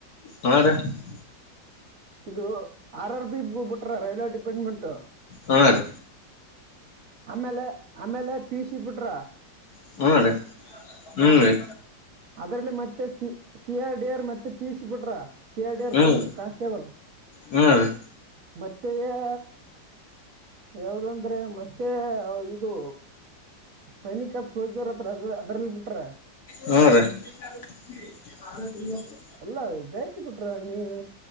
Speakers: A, on the left; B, on the right.
A: ಹೌದಾ. <unintelligible>
B: ಇದು ಆರ್ ಆರ್ ಬಿ ಬಿಟ್ರಾ ರೈಲ್ವೆ ಡಿಪಾರ್ಟ್ಮೆಂಟ್.
A: ಹಾ ರೀ.
B: ಆಮೇಲೆ ಆಮೇಲೆ ಪೀ ಸಿ ಬಿಟ್ರಾ.
A: <unintelligible> ಹೂ ರೀ ಹೂ ರೀ.
B: ಅದ್ರಲ್ಲಿ ಮತ್ತೆ ಸಿ ಐ ಡಿ ಆರ್ ಮತ್ತೆ ಪಿ ಯು ಸಿ ಬಿಟ್ರಾ. ಸಿ ಐ ಡಿ ಆರ್
A: ಹ್ಮ್
B: ಪೊಲೀಸ್ ಕಾನ್ಸ್ಟೇಬಲ್
A: ಹ್ಮ್ ರೀ
B: ಮತ್ತೆ ಹಾ. ಯಾವ್ದಂದ್ರೆ ಮತ್ತೆ ಇದು ಸೈನಿಕ ಸೋಲ್ಜರ್. ಬ್ರದರ್ ಅದರಲ್ಲಿ ಬುಟ್ರಾ.
A: ಹೂ ರೀ. <unintelligible>
B: ಎಲ್ಲಾ ಜಾಸ್ತಿ ಬುಟ್ರಾ ನೀವು